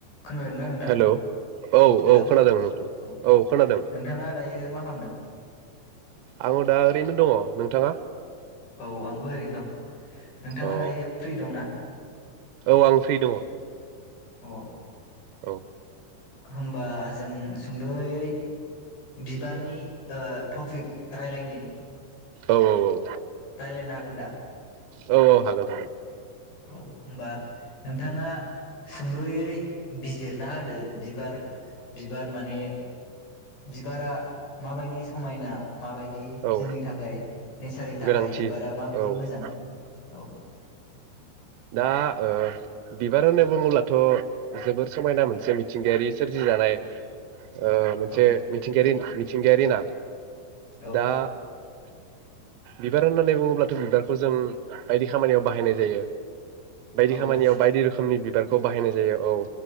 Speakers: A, on the left (about 55°); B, on the right (about 80°).
A: खोनादोंना नोंथां
B: हेलौ औ
A: हेलौ
B: खोनादों नोंथां
A: औ नोंथाङा
B: खोनादों
A: दायो मा खालामदों
B: आङो दा ओरैनो दङ नोंथाङा?
A: औ आंबो ओरैनो दं नोंथाङा
B: औ
A: दायो फ्रि दंना?
B: औ आं फ्रि दङ।
A: अ
B: औ
A: होनबा जों सुंदयै बिबारनि ओ टपिक रायलायनि
B: औ औ औ
A: लायनो हागोन दा?
B: औ औ हागोन हागोन।
A: औ होनबा नोंथाङा सुंद'यै बिजिरना होदो बिबार बिबार माने बिबारा माबायदि समायना माबायदि
B: औ
A: जोंनि थाखाय नेसारनि थाखाय
B: गोनांथि
A: बिबारा माबायदि
B: औ औ
A: मोजां? औ।
B: दा ओ बिबार होननानै बुङोब्लाथ जोबोर समायना मोनसे मिथिंगायारि सोरजिजानाय ओ मोनसे
A: औ
B: मिथिंगायारि मिथिंगयारि ना।
A: औ
B: दा बिबार होननानै बुङोब्लाथ बिबारखौ जों बायदि खामानियाव बाहायनाय जायो। बायदि
A: औ
B: खामानियाव बायदि रोखोमनि बिबार। बेखौ बाहायनाय जायो औ